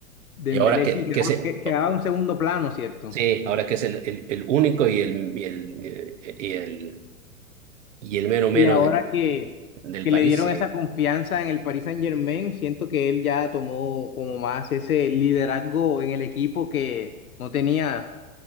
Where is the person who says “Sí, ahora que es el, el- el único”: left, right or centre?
Right